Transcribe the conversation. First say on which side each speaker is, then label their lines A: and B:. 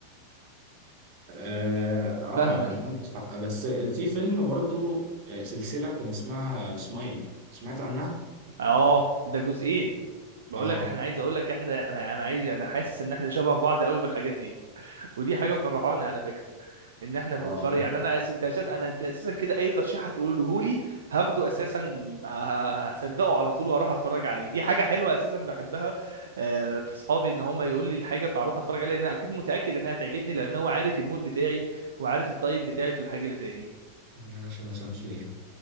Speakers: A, on the right (about 40°); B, on the right (about 60°).
A: اه آه،
B: فاهمك
A: يعني عندك حق بس في فيلم برضو آه، سلسلة كان اسمها سمايل سمعت عنها؟
B: اه ده جزئين بقول
A: اه
B: لك احنا عايز اقول لك احنا احنا انا عايز انا حاسس ان احنا شبه بعض قوي في الحاجات دي ودي حاجه مفرحاني على فكره ان احنا
A: <laughs> اه
B: بنتفرج
A: آه.
B: يعني انا أس... انت اساسا انا انت اساسا كده اي ترشيح هتقوله لي هاخده اساسا ه- هصدقه على طول واروح اتفرج عليه دي حاجه حلوه اساسا بحبها آه، في صحابي ان هم يقول لي الحاجه فاروح اتفرج عليها لان اكيد متاكد انها تعجبني لان هو عارف المود بتاعي وعارف الطيب بتاعي في الحاجه اللي زي دي
A: يا باشا ده شمسية